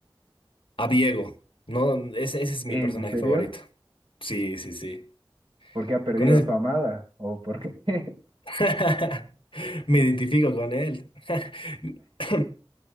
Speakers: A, on the left (about 75°); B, on the right (about 70°).
A: A Viego, no, ese, ese es mi
B: ¿En
A: personaje
B: serio?
A: favorito. Sí, sí, sí.
B: ¿Porque ha perdido
A: Con ese
B: a su amada? ¿O por qué? <laughs>
A: <laughs> Me identifico con él. <laughs>